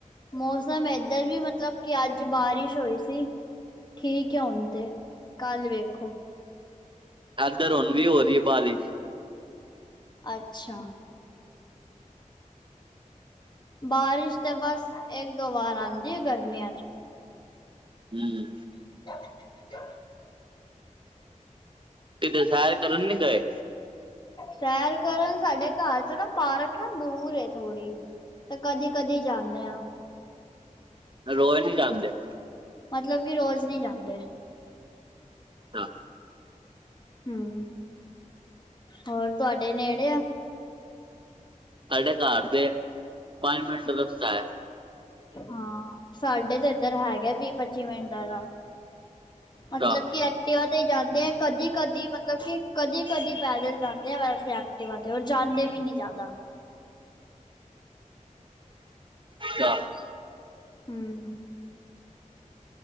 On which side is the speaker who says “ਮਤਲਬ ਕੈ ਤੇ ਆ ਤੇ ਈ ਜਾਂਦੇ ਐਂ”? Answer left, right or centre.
Left